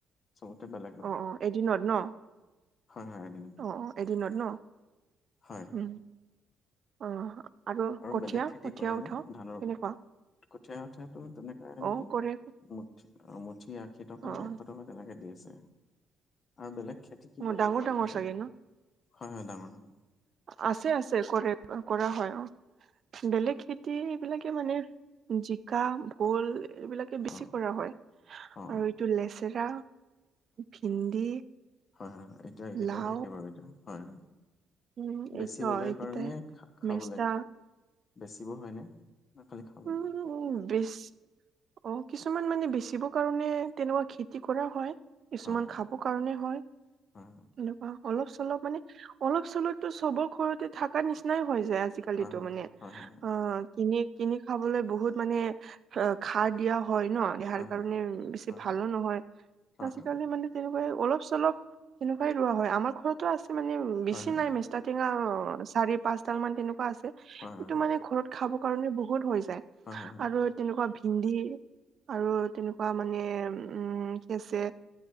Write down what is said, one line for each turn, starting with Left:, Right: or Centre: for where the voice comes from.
Left: চবতে বেলেগ।
Right: অ', অ', এদিনত ন'?
Left: হয়-হয় এদিনত।
Right: অ', এদিনত ন,
Left: হয়
Right: উম, অ'।
Left: আৰু
Right: কঠীয়া
Left: বেলেগ খেতি
Right: কঠীয়া
Left: কৰে
Right: উঠাও
Left: নে ধানৰ
Right: কেনেকুৱা
Left: পা কঠীয়া উঠিয়াটো তেনেকোৱা নেকি,
Right: অ কৰে
Left: মু-মুঠি আশী টকা,
Right: অ অ
Left: এশ টকা। তেনেকে দি আছে। আৰু বেলেগ খেতি কি
Right: অ
Left: কৰে
Right: ডাঙৰ
Left: আপোনালোকৰ
Right: ডাঙৰ চাগে
Left: ফালে?
Right: ন
Left: হয়-হয় ডাঙৰ-ড <unintelligible>
Right: আছে আছে কৰে কৰা হয় অ', বেলেগ খেতি এইবিলাকে মানে জিকা, ভোল এইবিলাকে বেছি
Left: অ
Right: কৰা হয়
Left: অ অ
Right: আৰু এইটো লেচেৰা, ভিন্দি
Left: হয়-হয় এতিয়া এইকেইটাই
Right: লাও
Left: থাকে বাৰু এতিয়া হয়-হয়।
Right: উম
Left: বেচিবলে
Right: এই অ এইকেইটাই
Left: কৰে নে খা-খাবলে?
Right: মেষ্টা
Left: বেছিব হয় নে, না খালি খাবলে?
Right: উম বেচ অ', কিছুমান মানে বেচিব কাৰণে তেনেকুৱা খেতি কৰা হয়। কিছুমান
Left: হয়
Right: খাব কাৰণে হয়।
Left: হয়
Right: এনেকুৱা অলপ-চলপ মানে অলপ-চলপতো চবৰ ঘৰতে থাকা নিচিনাই হৈ যায় আজি আজিকালিতো
Left: হয় হয়
Right: মানে
Left: হয়
Right: অ', কিনি কিনি খাবলৈ বহুত মানে খাৰ দিয়া হয় ন'। দেহাৰ
Left: হয়
Right: কাৰণে
Left: হয়
Right: বেছি
Left: হয়
Right: ভালো নহয়
Left: হয়
Right: আজিকালি মানে তেনেকুৱাই অলপ-চলপ তেনেকুৱাই ৰোৱা হয়, আমাৰ ঘৰত টো আছে মানে, বেছি
Left: হয় হয় হয়
Right: নাই মেষ্টা টেঙা চাৰি পাঁচডাল মান তেনেকুৱা আছে।
Left: হয়
Right: এইটো মানে ঘৰত খাব কাৰণে বহুত হৈ যায়,
Left: হয়
Right: আৰু তেনেকুৱা ভিন্দি আৰু তেনেকুৱা মানে উম, কি আছে